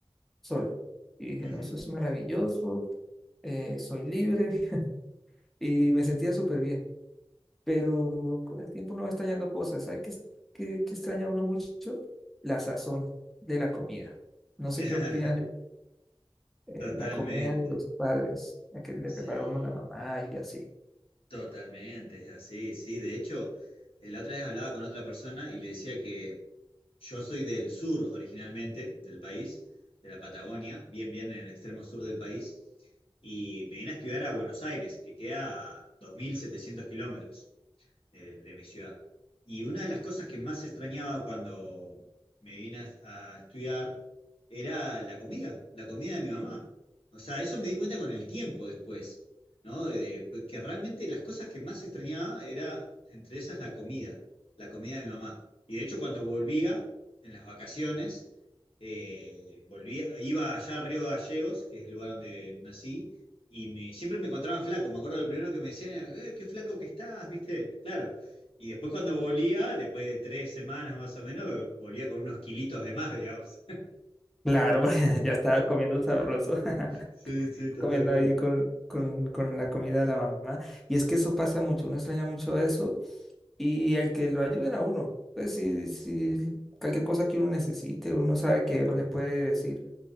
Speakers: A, in the centre; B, on the left.
A: solo. Y dije,
B: Ujú.
A: no, eso es maravilloso, eh, soy libre <laughs> y me sentía súper bien. Pero con el tiempo uno va extrañando cosas. ¿Sabes qué, es- qué, qué extraña uno mucho? La sazón de la comida. No sé
B: <laughs>
A: qué opinas, eh,
B: Totalmente.
A: la comida de los padres, la que le
B: Sí.
A: prepara uno la mamá y así.
B: Totalmente, es así, sí. De hecho, eh, la otra vez hablaba con otra persona y le decía que yo soy del sur originalmente, del país, de la Patagonia, bien, bien en el extremo sur del país, y me vine a estudiar a Buenos Aires, que queda a 2.700 kilómetros eh, de mi ciudad. Y una de las cosas que más extrañaba cuando me vine a, a estudiar era la comida, la comida de mi mamá. O sea, eso me di cuenta con el tiempo después, ¿no? De- de- pues, que realmente las cosas que más extrañaba era, entre esas, la comida, la comida de mi mamá. Y de hecho, cuando volvía en las vacaciones, eh, volvía, iba allá a Río Gallegos, que es el lugar donde nací, y me- siempre me encontraban flaco. Me acuerdo lo primero que me decían era, "Eh, qué flaco que estás, ¿viste? Claro. Y después cuando volvía, después de tres semanas más o menos, volvía con unos kilitos de más, digamos.
A: Claro, <laughs> porque ya estaba comiendo sabroso,
B: <laughs> Sí,
A: <laughs>
B: sí, totalmente.
A: comiendo ahí con, con, con la comida de la mamá. Y es que eso pasa mucho, uno extraña mucho eso y el que lo ayuden a uno. Pues si, si cualquier cosa que uno necesite, uno sabe que uno les puede decir